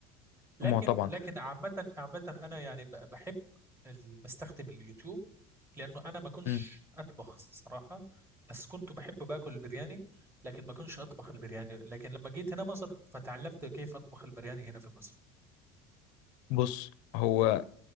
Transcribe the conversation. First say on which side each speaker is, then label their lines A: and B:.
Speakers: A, on the right; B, on the left.
A: لكن
B: ما هو طبعا
A: لكن عامة عامة أنا يعني ب- بحب ال- بستخدم اليوتيوب لأنه أنا ما كنتش
B: امم
A: أطبخ صراحة بس كنت بحب باكل البرياني لكن ما كنتش أطبخ البرياني لكن لما جيت هنا مصر فتعلمت كيف أطبخ البرياني هنا في مصر
B: بص هو